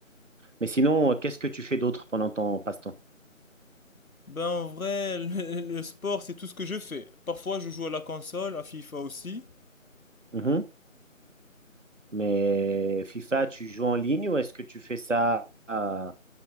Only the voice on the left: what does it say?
Ben, en vrai, le, le sport, c'est tout ce que je fais. Parfois, je joue à la console, à FIFA aussi.